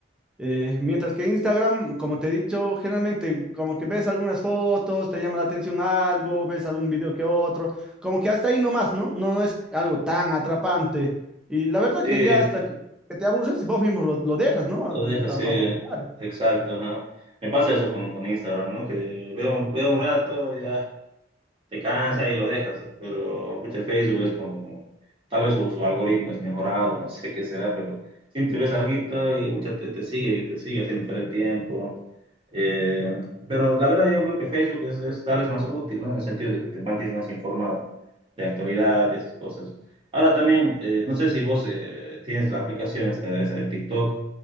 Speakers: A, in the centre; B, on the right (about 30°).
A: Eh, mientras que Instagram, como te he dicho, generalmente como que ves algunas fotos, te llama la atención algo, ves algún video que otro, como que hasta ahí nomás, ¿no? No es algo tan atrapante. Y la verdad
B: Sí,
A: que ya hasta que que te aburres y vos mismo lo, lo dejas, ¿no?
B: lo
A: A,
B: deja, sí,
A: a- a voluntad.
B: exacto, ajá. Me pasa eso con, con Instagram, ¿no? Que veo, veo un rato, ya. te cansa y lo dejas, pero pucha, Facebook es como, tal vez su, su algoritmo es mejorado, <laughs> no sé qué será, pero siempre ves alguito y pucha, te, te sigue y te sigue haciendo perder tiempo. Eh, pero la verdad yo veo que Facebook es, es tal vez más útil, ¿no? En el sentido de que te mantienes más informado de actualidad y esas cosas. Ahora también, eh, no sé si vos eh, tienes la aplicación esta, esa de TikTok.